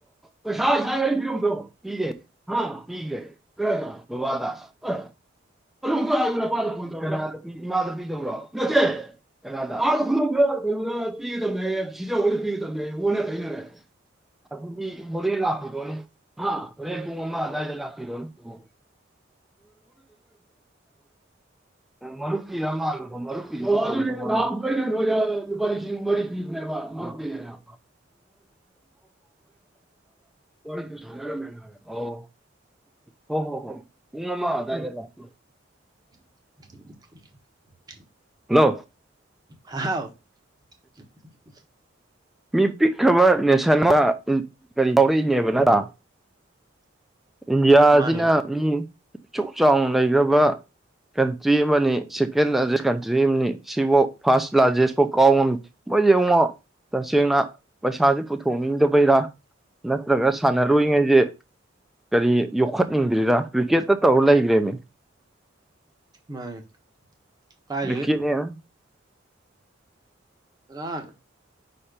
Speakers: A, in the centre; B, on the right (about 20°).
A: ꯄꯩꯁꯥ ꯉꯁꯥꯢ ꯑꯩ ꯄꯤꯔꯝꯕꯗꯣ ꯄꯤꯗꯦ ꯑꯥ ꯄꯤꯈ꯭ꯔꯦ ꯀꯔꯥꯢꯗ ꯕꯕꯥꯗ ꯑꯩ <unintelligible> ꯍꯥꯢꯔꯤꯕꯁꯤ ꯂꯧꯁꯟꯕ ꯉꯝꯗ꯭ꯔꯦ ꯏꯃꯥꯗ ꯄꯤꯗꯧꯔꯣ ꯅꯠꯇꯦ ꯀꯅꯥꯗꯥ ꯑꯥ ꯈꯨꯗꯣꯡꯕꯤꯑꯣ ꯑ ꯄꯤꯒꯗꯕꯅꯦꯌꯦ ꯁꯤꯖ ꯍꯣꯏꯗ ꯄꯤꯒꯗꯕꯅꯦꯌꯦ ꯑꯣꯟꯅ ꯇꯩꯅꯔꯦ ꯑꯗꯨꯗꯤ ꯍꯣꯔꯦ ꯂꯥꯛꯄꯤꯔꯣꯅꯦ ꯍꯣꯔꯦꯟ ꯄꯨꯡ ꯑꯃ ꯑꯗꯥꯏꯗ ꯂꯥꯛꯄꯤꯔꯣꯅꯦ ꯎꯝ ꯃꯔꯨꯞꯀꯤꯔ ꯃꯥꯜꯂꯨꯕ ꯃꯔꯨꯞ ꯑꯣ ꯑꯗꯨꯅꯦ ꯅꯍꯥꯃꯨꯛꯁꯨ ꯑꯩꯅ ꯅꯣꯢꯗ ꯂꯨꯄꯥ ꯂꯤꯁꯤꯡ ꯃꯔꯤ ꯄꯤꯕꯅꯦꯕ ꯃꯔꯨꯞꯀꯤꯅꯦꯅ ꯋꯥꯔꯤꯗꯨ ꯁꯥꯟꯅꯔꯝꯃꯦꯅ ꯍꯥꯏꯌꯣ ꯑꯣ ꯍꯣ ꯍꯣ ꯍꯣ ꯄꯨꯡ ꯑꯃ ꯑꯗꯥꯢꯗ ꯂꯥꯛꯄꯤꯌꯣ
B: <unintelligible>
A: ꯍꯜꯂꯣ
B: ꯍꯍꯥꯎ <inaudible>
A: ꯃꯤ ꯄꯤꯛꯈ꯭ꯔꯕ ꯅꯦꯁꯟꯅ ꯎꯝ ꯀꯔꯤ ꯀꯥꯎꯔꯛꯏꯅꯦꯕ ꯅꯇ ꯏꯟꯗꯤꯌꯥꯖꯤꯅ
B: ꯃꯥꯅꯦ
A: ꯃꯤ ꯑꯁꯨꯛ ꯆꯥꯎꯅ ꯂꯩꯈ꯭ꯔꯕ ꯀꯟꯇ꯭ꯔꯤ ꯑꯃꯅꯤ ꯁꯦꯀꯦꯟ ꯂꯥꯔꯖꯦꯁ ꯀꯟꯇ꯭ꯔꯤ ꯑꯃꯅꯤ ꯁꯤꯐꯥꯎ ꯐꯥꯔꯁ ꯂꯥꯔꯖꯦꯁ ꯐꯥꯎ ꯀꯥꯎ ꯉꯝꯃꯤ ꯃꯣꯏ ꯌꯦꯡꯉꯣ ꯇꯁꯦꯡꯅ ꯄꯩꯁꯥꯁꯦ ꯄꯨꯊꯣꯛꯅꯤꯡꯗꯕꯩꯔ ꯅꯠꯇ꯭ꯔꯒ ꯁꯥꯟꯅꯔꯨꯏꯉꯩꯁꯦ ꯀꯔꯤ ꯌꯣꯛꯈꯠ ꯏꯗꯤꯔꯥ ꯔꯤꯈꯦꯠꯇ ꯇꯧꯂꯩꯥꯏꯒ꯭ꯔꯦꯃꯤ
B: ꯃꯅꯦ ꯀꯥꯏꯗꯩꯩ
A: ꯀ꯭ꯔꯤꯛꯀꯦꯠꯅꯦꯅ
B: ꯑꯥ